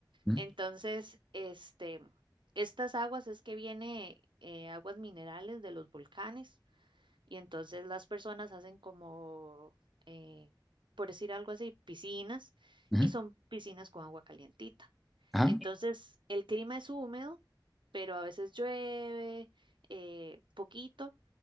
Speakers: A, in the centre; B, on the right (about 75°).
A: ujú,
B: Entonces, este, estas aguas es que viene eh, aguas minerales de los volcanes. Y entonces las personas hacen como, eh, por decir algo así, piscinas
A: ujú,
B: y son piscinas con agua calientita.
A: Ajá,
B: Entonces el clima es húmedo, pero a veces llueve eh, poquito